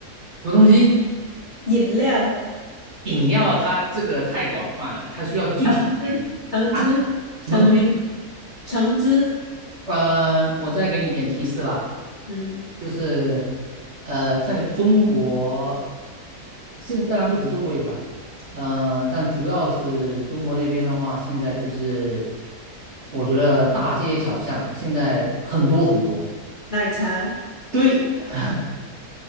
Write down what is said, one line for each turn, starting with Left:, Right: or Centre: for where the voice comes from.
Right: 什么东西？
Left: 饮料。
Right: 饮料它这个太广泛了，它需要具体一点啊。
Left: 橙汁、橙汁、
Right: 什么东西？
Left: 橙汁、橙汁，
Right: 呃，我再给你一点提示吧，
Left: 嗯，
Right: 就是呃，在中国，现在当然不止中国有了，呃，但主要是中国那边的话，现在就是我觉得大街小巷现在很多很多。
Left: 奶茶，
Right: 对，<laughs>